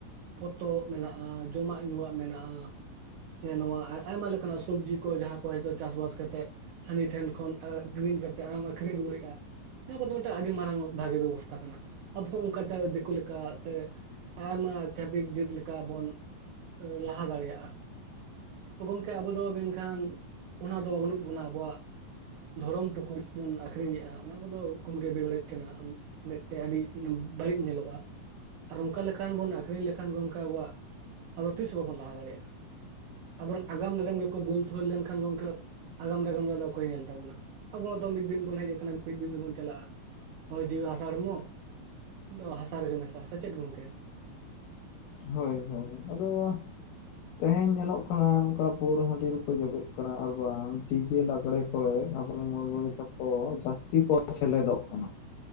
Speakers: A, on the right; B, on the left.
A: ᱯᱚᱛᱚᱵ ᱢᱮᱱᱟᱜᱼᱟ ᱡᱚᱢᱟᱜ ᱧᱩᱣᱟᱜ ᱢᱮᱱᱟᱜᱼᱟ ᱥᱮ ᱱᱚᱣᱟ ᱟᱭᱢᱟ ᱞᱮᱠᱟᱱᱟᱜ ᱥᱚᱵᱡᱤ ᱠᱚ ᱡᱟᱦᱟᱸ ᱠᱚ ᱦᱚᱭᱛᱚ ᱪᱟᱥᱵᱟᱥ ᱠᱟᱛᱮᱜ ᱦᱹᱟᱹᱱᱤ ᱴᱷᱮᱱ ᱠᱷᱚᱱ ᱟᱹᱠᱷᱨᱤᱧ ᱠᱟᱛᱮ ᱟᱨᱚᱢ ᱟᱠᱷᱨᱤᱧ ᱨᱩᱣᱟᱹᱲᱮᱜᱼᱟ᱾ ᱱᱚᱣᱟ ᱠᱚᱫᱚ ᱢᱤᱫᱴᱟᱝ ᱟᱹᱰᱤ ᱢᱟᱨᱟᱝ ᱵᱷᱟᱜᱮ ᱵᱮᱵᱚ ᱥᱛᱷᱟ ᱠᱟᱱᱟ ᱟᱵᱚᱸ ᱚᱱᱠᱟ ᱛᱮ ᱫᱤᱠᱩ ᱞᱮᱠᱟ ᱥᱮᱼᱼ ᱟᱭᱢᱟ ᱪᱷᱟᱹᱛᱤᱠ ᱡᱟᱹᱛ ᱞᱮᱠᱟ ᱵᱚᱱ ᱞᱟᱦᱟ ᱫᱟᱲᱮᱭᱟᱜᱼᱟ᱾ ᱜᱚᱝᱠᱮ ᱟᱵᱚ ᱫᱚ ᱢᱮᱱᱠᱷᱟᱱ ᱚᱱᱟ ᱫᱚ ᱵᱟᱹᱱᱩᱜ ᱵᱚᱱᱟ ᱟᱵᱚᱣᱟᱜ ᱫᱷᱚᱨᱚᱢ ᱴᱩᱠᱩᱡ ᱵᱚᱱ ᱟᱠᱷᱨᱤᱧᱮᱫᱼᱟ ᱚᱱᱟ ᱠᱚᱫᱚ ᱠᱚᱢ ᱜᱮ ᱵᱮᱵᱟᱹᱲᱤᱡ ᱠᱟᱱᱟ᱾ ᱢᱮᱛᱮ ᱟᱹᱰᱤ ᱵᱟᱹᱲᱤᱡ ᱧᱮᱞᱚᱜᱼᱟ᱾ ᱟᱨ ᱚᱱᱠᱟ ᱞᱮᱠᱷᱟᱱ ᱵᱚᱱ ᱟᱠᱷᱨᱤᱧ ᱞᱮᱠᱷᱟᱱ ᱜᱚᱝᱠᱮ ᱟᱵᱚᱣᱟᱜᱼᱼ ᱟᱫᱚ ᱛᱤᱥ ᱦᱚᱸ ᱵᱟᱵᱚᱱ ᱞᱟᱦᱟ ᱫᱟᱲᱮᱭᱟᱜᱼᱟ ᱟᱵᱚᱨᱚᱝ ᱟᱜᱟᱢ ᱱᱟᱜᱟᱢ ᱜᱮᱠᱚ ᱵᱳᱛᱷᱳ ᱞᱮᱱᱠᱷᱟᱱ ᱜᱚᱝᱠᱮᱼᱼ ᱟᱜᱟᱢ ᱱᱟᱜᱟᱢ ᱨᱮ ᱚᱠᱚᱭ ᱧᱮᱞ ᱛᱟᱵᱚᱱᱟ ᱟᱵᱚᱣᱟᱜ ᱫᱚ ᱢᱤᱫ ᱫᱤᱱ ᱵᱚᱱ ᱦᱮᱡ ᱟᱠᱟᱱᱟ ᱢᱤᱫ ᱫᱤᱱ ᱫᱚᱵᱚᱱ ᱪᱟᱞᱟᱜᱼᱟ᱾ ᱦᱳᱭ ᱡᱤᱣᱤ ᱦᱟᱥᱟᱲ ᱦᱚᱲᱢᱚ ᱫᱚ ᱦᱟᱥᱟ ᱨᱮᱜᱮ ᱢᱮᱥᱟᱜᱼᱟ ᱥᱮ ᱪᱮᱫ ᱜᱚᱝᱠᱮ?
B: ᱦᱳᱭ ᱦᱳᱭ ᱟᱫᱚᱼᱼ ᱛᱮᱦᱮᱧ ᱧᱮᱞᱚᱜ ᱠᱟᱱᱟ ᱚᱱᱠᱟ ᱯᱳᱨᱳ ᱦᱟᱺᱰᱤ ᱨᱮᱠᱚ ᱡᱚᱵᱮᱜ ᱠᱟᱱᱟ ᱟᱨ ᱵᱟᱝ ᱰᱤᱡᱮ ᱞᱟᱜᱽᱲᱮᱼᱼ ᱠᱚᱨᱮ ᱟᱵᱚᱨᱮᱱ ᱢᱟᱹᱭ ᱵᱟᱹᱭ ᱛᱟᱠᱚ ᱡᱟᱹᱥᱛᱤ ᱠᱚ ᱥᱮᱞᱮᱫᱚᱜ ᱠᱟᱱᱟ᱾